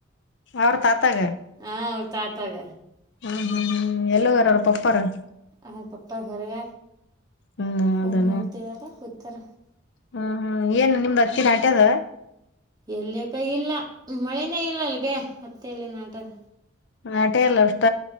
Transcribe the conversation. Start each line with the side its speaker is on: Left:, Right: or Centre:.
Left: ಅವ್ರ ತಾತಾಗ
Right: ಹಾ ಅವ್ರ್ ತಾತಾಗ
Left: ಹ್ಮ್ ಹ್ಮ್ ಹ್ಮ್ ಎಲ್ಲಾರ್ರ ಪಪ್ಪಾರ. <inaudible>
Right: ಆ ಪಪ್ಪ ಹೊರಗ
Left: ಹ್ಮ್ ಹೌದನ
Right: ಫೋನ್ ನೋಡ್ತಿದಾರ ಕೂತಾರ.
Left: ಹ್ಮ್ ಹ್ಮ್ ಏನ್ ನಿಮ್ದ್ ಅಚ್ಚಿಿನ ಆಟ್ಯದ
Right: ಎಲ್ಲಿಕ್ಕ ಇಲ್ಲ ಮಳನೇ ಇಲ್ಲ ಅಲ್ಗೆ ಅತ್ತೆ ಎಲ್ಲಿ ನ ಆಟದ.
Left: ನಟೇ ಎಲ್ಲ ಇಷ್ಟ